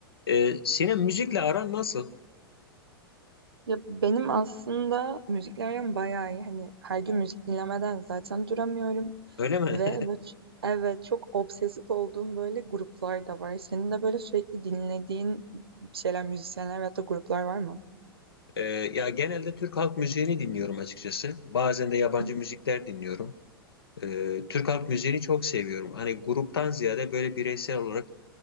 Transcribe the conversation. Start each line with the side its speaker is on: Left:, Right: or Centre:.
Left: Ee, Sinem müzikle aran nasıl?
Right: Ya benim aslında müzikle aram bayağı iyi. Hani her gün müzik dinlemeden zaten duramıyorum.
Left: Öyle mi?
Right: Ve
Left: <laughs>
Right: bu, evet çok obsesif olduğum böyle gruplar da var. Senin de böyle sürekli dinlediğin şeyler, müzisyenler veyahut da gruplar var mı?
Left: Ee, ya genelde Türk halk müziğini dinliyorum açıkçası. Bazen de yabancı
Right: Hı hı.
Left: müzikler dinliyorum. Ee, Türk halk müziğini çok seviyorum. Hani gruptan ziyade böyle bireysel olarak